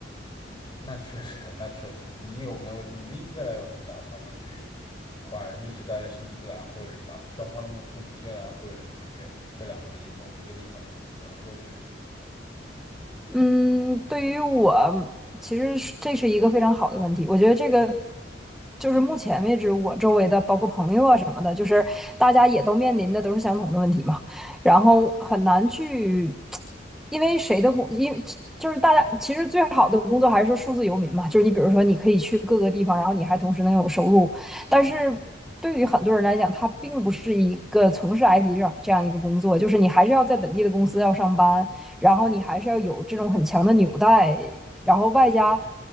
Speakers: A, on the left; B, in the centre.
A: 那确实，那确实。你有没有，你们未来有什么打算吗？去换，一直待在新西兰，或者把双方的母父母接来，或者你们选一这两个一某一个地方呃过去？
B: 嗯，对于我，其实是这是一个非常好的问题。我觉得这个就是目前为止我周围的，包括朋友啊什么的，就是大家也都面临的都是相同的问题嘛。然后很难去，因为谁的工，因为就是大家其实最好的工作还是说数字游民嘛，就是你比如说你可以去各个地方，然后你还同时能有收入，但是。对于很多人来讲，他并不是一个从事 IT 这样这样一个工作，就是你还是要在本地的公司要上班，然后你还是要有这种很强的纽带，然后外加